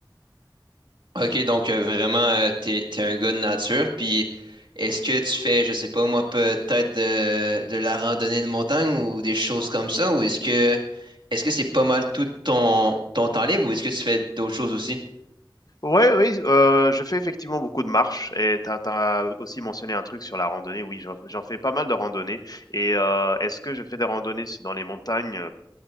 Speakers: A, on the right (about 70°); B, on the left (about 50°).
A: Ok, donc euh, vraiment, euh, t'es, t'es un gars de nature. Puis, est-ce que tu fais, je sais pas moi, peut-être de, de la randonnée de montagne ou des choses comme ça, ou est-ce que est-ce que c'est pas mal tout ton, ton temps libre, ou est-ce que tu fais d'autres choses aussi?
B: Oui, oui, euh, je fais effectivement beaucoup de marches et tu as, aussi mentionné un truc sur la randonnée. Oui, j'en j'en fais pas mal de randonnées. Et euh, est-ce que je fais des randonnées dans les montagnes